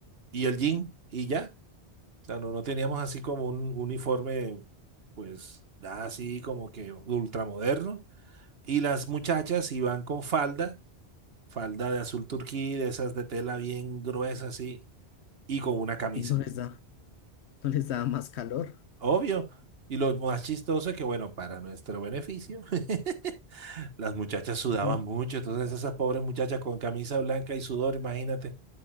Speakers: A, on the right; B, on the left.
A: y el jean, y ya. O sea, no, no teníamos así como un uniforme, pues, nada así como que ultramoderno Y las muchachas iban con falda, falda de azul turquí, de esas de tela bien gruesa así, y con una camisa.
B: y no les da. No les daba más calor.
A: Obvio. Y lo más chistoso es que, bueno, para nuestro beneficio, <laughs> las muchachas sudaban
B: Ok,
A: mucho. Entonces esas pobres muchachas con camisa blanca y sudor, imagínate,